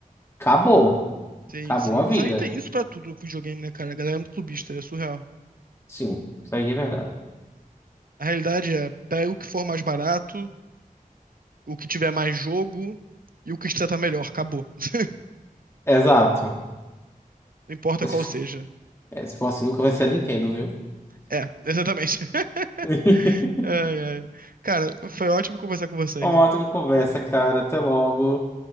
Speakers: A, on the left; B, on the right.
A: acabou.
B: sim,
A: Acabou
B: sim.
A: a
B: Mas
A: vida.
B: aí tem isso pra tudo no videogame, né, cara? A galera é muito clubista, é surreal.
A: Sim, isso aí é verdade.
B: A realidade é, pega o que for mais barato, o que tiver mais jogo e o que te tratar melhor, acabou. <laughs>
A: Exato.
B: Não importa
A: É,
B: qual
A: Se for,
B: seja.
A: é, se for assim, nunca vai ser a Nintendo, viu?
B: É, exatamente. <laughs>
A: <laughs>
B: Ai, ai. Cara, foi ótimo conversar com você, irmão.
A: Uma ótima conversa, cara. Até logo.